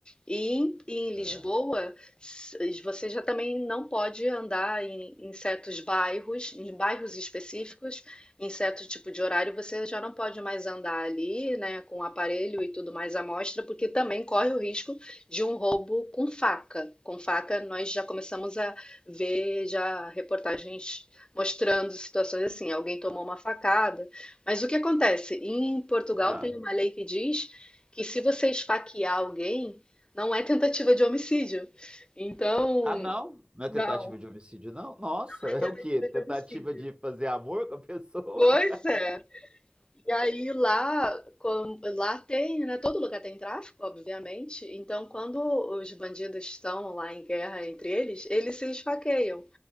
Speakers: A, on the left (about 25°); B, on the right (about 25°).
A: E em, e em Lisboa,
B: É.
A: s- você já também não pode andar em, em certos bairros, em bairros específicos, em certo tipo de horário, você já não pode mais andar ali, né, com aparelho e tudo mais à mostra, porque também corre o risco de um roubo com faca. Com faca, nós já começamos a ver já reportagens mostrando situações assim, alguém tomou uma facada mas o que acontece? Em Portugal
B: Ah.
A: tem uma lei que diz que se você esfaquear alguém, não é tentativa de homicídio. Então,
B: Ah, não? Não é
A: não,
B: tentativa de homicídio, não? Nossa,
A: não é tentativa
B: é o quê? Tentativa
A: de homicídio.
B: de fazer amor com a pessoa?
A: Pois
B: <laughs>
A: é. E aí lá, com- lá tem, né? Todo lugar tem tráfico, obviamente. Então, quando os bandidos estão lá em guerra entre eles, eles se esfaqueiam.